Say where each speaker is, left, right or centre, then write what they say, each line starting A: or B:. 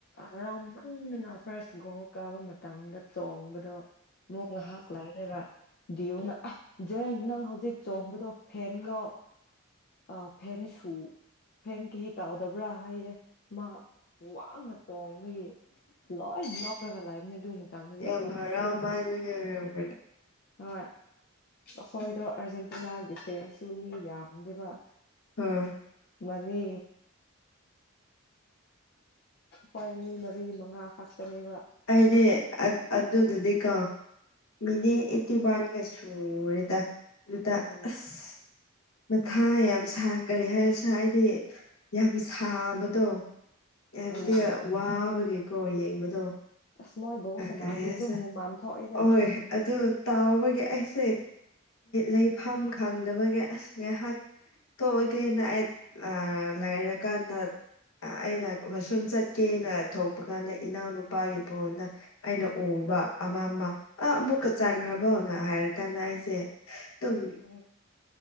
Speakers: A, on the left; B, on the left.
A: ꯍꯔꯥꯎꯃꯟꯗꯅ ꯐꯥꯔꯁ ꯒꯣ ꯀꯥꯕ ꯃꯇꯝꯗ ꯆꯣꯡꯕꯗꯣ ꯃꯣꯒꯂ ꯍꯥꯥꯛꯂ ꯍꯥꯏꯔꯒ ꯗꯤꯌꯨꯅ ꯖꯦꯡ ꯅꯪ ꯍꯧꯖꯤꯛ ꯆꯣꯡꯕꯗꯣ ꯐꯦꯟꯒꯣ ꯑ ꯐꯦꯟꯁꯨ ꯐꯦꯟ ꯀꯍꯤ ꯇꯥꯎꯗꯕ꯭ꯔꯥ ꯍꯥꯏꯌꯦ ꯃꯥ ꯋꯥꯡꯅ ꯇꯣꯡꯕꯒꯤ ꯂꯣꯏ ꯂꯦꯄꯔꯒ ꯂꯩꯕꯅꯤ ꯑꯗꯨ ꯃꯇꯝꯗꯗꯤ
B: ꯌꯥꯝ
A: ꯈꯣꯏ
B: ꯍꯔꯥꯎ ꯃꯥꯟꯕꯒꯤ ꯑꯣꯏꯔꯝꯒꯅꯤ
A: ꯍꯣꯏ ꯑꯩꯈꯣꯏꯗꯣ ꯑꯥꯔꯖꯦꯟꯇꯤꯅꯥꯒꯤꯗꯤꯐꯦꯟꯁꯨ ꯃꯤ ꯌꯥꯝ ꯖꯕ
B: ꯎꯝ
A: ꯃꯔꯤ ꯍꯣꯏ ꯃꯤ ꯃꯔꯤ ꯃꯉꯥ ꯈꯛꯇꯅꯦꯕ
B: ꯑꯩꯅꯦ ꯑꯗꯨ ꯑꯗꯨꯗꯤ ꯀꯣ ꯃꯤꯅꯦ ꯑꯩꯠꯇꯤ ꯋꯥꯟꯒ ꯁꯨꯔꯦꯗ ꯑꯗꯨꯗ
A: ꯎꯝ
B: ꯑꯁ ꯃꯊꯥ ꯌꯥꯝ ꯁꯥ ꯀꯔꯤ ꯍꯥꯏꯔꯁꯤ꯭ꯔꯥ ꯍꯥꯏꯗꯤ ꯌꯥꯝ ꯁꯥꯕꯗꯣ ꯍꯥꯏꯕꯗꯤ
A: ꯎꯝ
B: ꯋꯥꯕꯒꯦꯀꯣ ꯌꯦꯡꯕꯗꯣ
A: ꯑꯁ ꯃꯣꯏ ꯕꯣꯜ ꯁꯥꯟꯅꯔꯗꯤ
B: ꯀꯔꯤꯦꯁ
A: ꯑꯗꯨꯝ ꯍꯨꯃꯥꯟ ꯊꯣꯛꯑꯦꯗ
B: ꯑꯍꯣꯏ ꯑꯗꯨ ꯇꯥꯎꯕꯒꯤ ꯑꯩꯁꯦ ꯂꯩꯐꯝ ꯈꯪꯗꯕꯒꯤ ꯑꯁ ꯉꯥꯏꯍꯥꯛ ꯇꯑꯣꯒꯦꯅ ꯑꯩ ꯂꯥꯏꯔꯀꯥꯟꯗ ꯑꯩꯅ ꯃꯁꯨꯝ ꯆꯠꯀꯦꯅ ꯊꯣꯛꯄ ꯀꯥꯟꯗ ꯏꯅꯥꯎꯅꯨꯄꯥ ꯣꯅ ꯑꯩꯅ ꯎꯕ ꯑꯃ ꯑꯃ ꯑꯃꯨꯛ
A: ꯎꯝ
B: ꯆꯥꯡꯈ꯭ꯔꯕꯣꯅ ꯍꯥꯏꯔ ꯀꯥꯟꯗ ꯑꯩꯁꯦ ꯑꯗꯨꯨꯝ
A: ꯎꯝ